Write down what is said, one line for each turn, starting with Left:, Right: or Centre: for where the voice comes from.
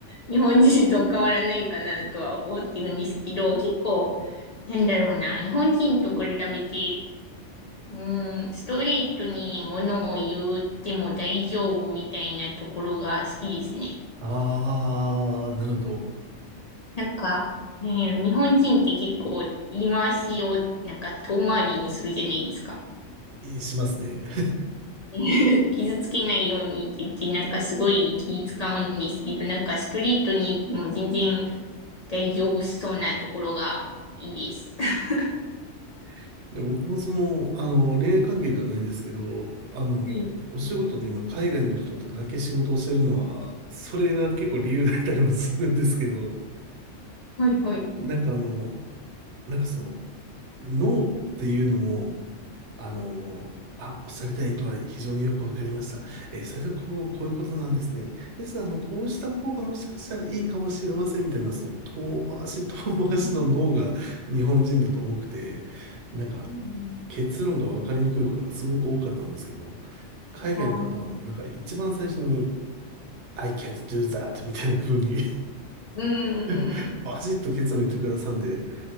Left: 日本人と変わらないかなとは思ってるんですけど、結構、なんだろうな、日本人と比べて、うん、ストレートに物を言っても大丈夫みたいなところが好きですね。
Right: ああ、なるほど。
Left: なんか、なんやろ日本人って結構言い回しをなんか遠回りにするじゃないですか。
Right: えしますね。
Left: <laughs> 傷つけないようにって言って、なんかすごい気使うんですけど、なんかストレートに言っても全然大丈夫そうなところがいいです。<laughs>
Right: <laughs> で、僕もその、あの、恋愛関係ではないですけど、あの、
Left: はい
Right: お仕事で今海外の人とだけ仕事をしてるのは、それが結構理由だったりもするんですけど、
Left: はいはい。
Right: なんかあの、なんかその、ノーっていうのも、あのーあ、おっしゃりたい意図は非常によくわかりました。えーそれでこう、こういうことなんですね。ですが、あの、こうした方がもしかしたらいいかもしれませんみたいな、その遠回し遠回しの脳が日本人だと多くて、
Left: うん
Right: なんか
Left: うん
Right: 結論がわかりにくいことがすごく多かったんですけど、海外の方はもうなんか一番最初に、
Left: あー
Right: I can't do that みたいな風に
Left: うん、うん、うん。
Right: <laughs> バシッと結論言ってくださるんで、